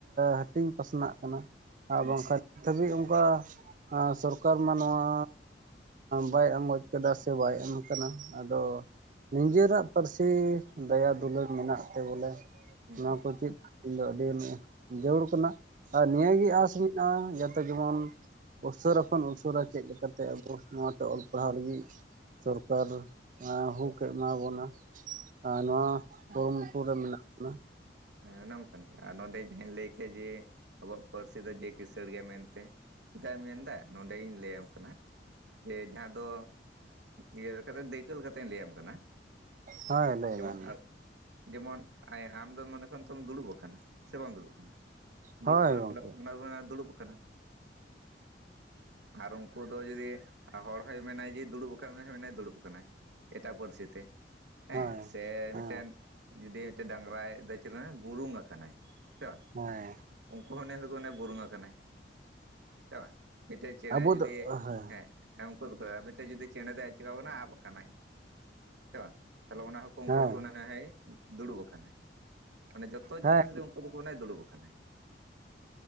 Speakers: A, on the right; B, on the right.
A: ᱦᱟᱹᱴᱤᱧ ᱯᱟᱥᱱᱟᱜ ᱠᱟᱱᱟ ᱟᱨ
B: ᱦᱩᱸ
A: ᱵᱟᱝᱠᱷᱟᱱ ᱫᱷᱟᱹᱵᱤᱡ ᱚᱝᱠᱟ ᱥᱚᱨᱠᱟᱨ ᱢᱟ ᱱᱚᱣᱟ ᱵᱟᱭ ᱟᱸᱜᱚᱡ ᱠᱟᱫᱟ ᱥᱮ ᱵᱟᱭ ᱮᱢ ᱠᱟᱱᱟ ᱟᱫᱚ ᱱᱤᱡᱮᱨᱟᱜ ᱯᱟᱹᱨᱥᱤ ᱫᱟᱭᱟ ᱫᱩᱞᱟᱹᱲ ᱢᱮᱱᱟᱜ ᱛᱮ ᱵᱚᱞᱮ
B: ᱦᱩᱸ
A: ᱱᱚᱣᱟ
B: ᱦᱩᱸ
A: ᱠᱚ ᱪᱮᱫ ᱤᱧ ᱫᱚ ᱟᱹᱰᱤ ᱡᱟᱹᱨᱩᱲ ᱠᱟᱱᱟ ᱟᱨ ᱱᱤᱭᱟᱹᱜᱮ
B: ᱦᱩᱸ
A: ᱟᱸᱥ ᱢᱮᱱᱟᱜ-ᱟ ᱡᱟᱛᱮ ᱡᱮᱢᱚᱱ ᱩᱥᱟᱹᱨᱟ ᱠᱷᱚᱱ ᱩᱥᱟᱹᱨᱟ ᱪᱮᱫ ᱞᱮᱠᱟᱛᱮ ᱱᱚᱣᱟ ᱛᱮ ᱚᱞ ᱯᱟᱲᱦᱟᱣ ᱞᱟᱹᱜᱤᱫ ᱥᱚᱨᱠᱟᱨ ᱦᱩᱠ ᱮᱢᱟ ᱵᱚᱱᱟ ᱟᱨ ᱱᱚᱣᱟ
B: ᱦᱮᱸ
A: ᱠᱩᱨᱩᱢᱩᱴᱩ ᱨᱮ ᱢᱮᱱᱟᱜ ᱵᱚᱱᱟ
B: ᱦᱮᱸ ᱚᱱᱟᱢᱟ ᱠᱟᱱ ᱜᱮ ᱟᱨ ᱱᱚᱰᱮ ᱡᱟᱦᱟᱸᱧ ᱞᱟᱹᱭ ᱠᱮᱭᱟ ᱡᱮ ᱟᱵᱚᱣᱟᱜ ᱯᱟᱹᱨᱥᱤ ᱫᱚ ᱡᱮ ᱠᱤᱥᱟᱹᱬ ᱜᱮᱭᱟ ᱢᱮᱱᱛᱮ ᱪᱮᱫᱟᱜ ᱮ ᱢᱮᱱᱫᱟ ᱱᱚᱰᱮ ᱜᱮ ᱞᱟᱹᱭ ᱟᱢ ᱠᱟᱱᱟ ᱡᱮ ᱡᱟᱦᱟᱸ ᱫᱚ ᱤᱭᱟᱹ ᱠᱟᱛᱮ ᱫᱟᱹᱭᱠᱟᱹ ᱞᱮᱠᱟᱛᱮᱧ ᱞᱟᱹᱭᱟᱢ ᱠᱟᱱᱟ
A: ᱦᱳᱭ ᱞᱟᱹᱭ
B: ᱡᱮᱢᱚᱱ
A: ᱵᱮᱱ ᱢᱟ
B: ᱡᱮᱢᱚᱱ ᱟᱢ ᱫᱚ ᱢᱚᱱᱮ ᱠᱷᱚᱱ ᱛᱚᱢ ᱫᱩᱲᱩᱵ ᱠᱟᱱᱟ ᱥᱮ ᱵᱟᱢ ᱫᱩᱲᱩᱵ ᱠᱟᱱᱟ ᱫᱩᱲᱩᱵ
A: ᱦᱳᱭ
B: ᱠᱟᱱᱟ
A: ᱜᱚᱢᱠᱮ
B: ᱛᱟᱞᱦᱮ ᱚᱱᱟ ᱠᱚ ᱢᱮᱱᱟ ᱫᱩᱲᱩᱵ ᱠᱟᱱᱟ ᱟᱨ ᱩᱝᱠᱩ ᱫᱚ ᱡᱩᱫᱤ ᱦᱚᱲ ᱦᱚᱸᱭ ᱢᱮᱱᱟᱭ ᱡᱮ ᱫᱩᱲᱩᱵ ᱠᱟᱱᱟ ᱩᱱᱤ ᱦᱚᱸ ᱢᱮᱱᱟᱭ ᱫᱩᱲᱩᱵ ᱠᱟᱱᱟᱭ ᱮᱴᱟᱜ ᱯᱟᱹᱨᱥᱤ ᱛᱮ ᱦᱮᱸ
A: ᱦᱳᱭ
B: ᱥᱮ
A: ᱦᱮᱸ
B: ᱢᱤᱫᱴᱮᱱ ᱡᱩᱫᱤ ᱢᱤᱫᱴᱮᱡ ᱰᱟᱝᱨᱟᱭ ᱪᱮᱛᱟᱱ ᱨᱮ ᱵᱩᱨᱩᱢ ᱟᱠᱟᱱᱟᱭ ᱥᱮ ᱵᱟᱝ
A: ᱦᱮᱸ
B: ᱩᱱᱠᱩ ᱦᱚᱸ <inaudible> ᱠᱚ ᱵᱩᱨᱩᱝ ᱟᱠᱟᱱᱟᱭ ᱥᱮ ᱵᱟᱝ ᱢᱤᱫᱴᱮᱡ ᱪᱮᱬᱮ
A: ᱟᱵᱚ
B: ᱡᱩᱫᱤ
A: ᱫᱚ ᱦᱮᱸ
B: ᱦᱮᱸᱜ ᱦᱮᱸ ᱩᱱᱠᱩ ᱫᱚᱠᱚ ᱞᱟᱹᱭᱟ ᱢᱤᱫᱴᱮᱱ ᱡᱩᱫᱤ ᱪᱮᱬᱮ ᱫᱚᱭ ᱪᱮᱠᱟᱣ ᱠᱟᱱᱟ ᱟᱵ ᱠᱟᱱᱟᱭ ᱥᱮ ᱵᱟᱝ ᱛᱟᱦᱚᱞᱮ ᱚᱱᱟ ᱦᱚᱸ ᱩᱱᱠᱩ
A: ᱦᱮᱸ
B: ᱫᱚᱠᱚ ᱢᱮᱱᱟ ᱦᱮᱸ ᱫᱩᱲᱩᱵ ᱠᱟᱱᱟᱭ ᱢᱟᱱᱮ ᱡᱚᱛᱚ
A: ᱦᱮᱸ
B: ᱡᱤᱱᱤᱥ ᱨᱮ ᱩᱱᱠᱩ ᱫᱚᱠᱚ ᱢᱮᱱᱟ ᱫᱩᱲᱩᱵ ᱠᱟᱱᱟᱭ